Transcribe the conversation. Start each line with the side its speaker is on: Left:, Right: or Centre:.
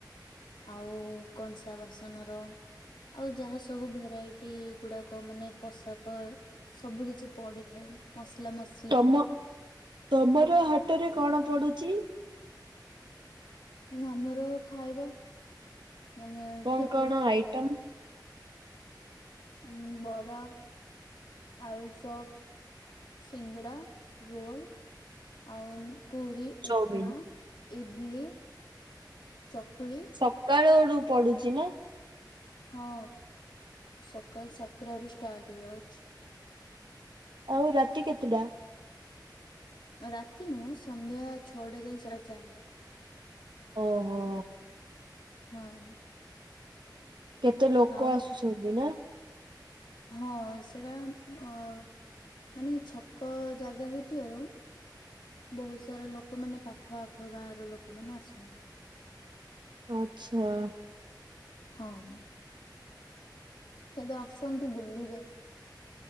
Left: ଆଉ କଂସା ବାସନ ର ଆଉ ଯାହା ସବୁ ଭେରାଇ ଟି ଗୁଡାକ ମାନେ ପୋଷାକ ସବୁ କିଛି ପଡିଥାଏ ମସଲା ମସ
Right: ତମ ତମର ହାଟରେ କଣ ପଡୁଛି?
Left: ଆମର ଖାଇବା ମାନେ
Right: କଣ
Left: ଟିଫିନ
Right: କଣ ଆଇଟମ୍?
Left: ଉଁ ବରା, ଆଳୁଚପ ସିଙ୍ଗଡ଼ା, ରୋଲ ଆଉ ପୁରି
Right: ଚାଉମିିନ।
Left: ଉପମା, ଇଡଲି, ଚକୁଳି
Right: ସକାଳ ବେଡୁ ପଡୁଛି ନା?
Left: ହଁ ସକାଳ ସାତଟା ରୁ ଷ୍ଟାର୍ଟ ହେଇଯାଉଛି।
Right: ଆଉ ରାତି କେତେଟା?
Left: ରାତି ନୁହଁ ସନ୍ଧ୍ୟା ଛଅଟା ଯାଇ ସେଟା ଚାଲେ।
Right: ଓହୋ।
Left: ହଁ।
Right: କେତେ ଲୋକ
Left: ଆଉ
Right: ଆସୁଛନ୍ତି ନା?
Left: ହଁ ସେଇଟା ଅ ମାନେ ଛକ ଜାଗା ହେଇଥିବାରୁ ବହୁତ ସାରା ଲୋକମାନେ ପାଖ ଆଖ ଗାଁ ର ଲୋକମାନେ ଆସନ୍ତି।
Right: ଆଚ୍ଛା।
Left: ହଁ। କେବେ ଆସନ୍ତୁ ବୁଲିବେ।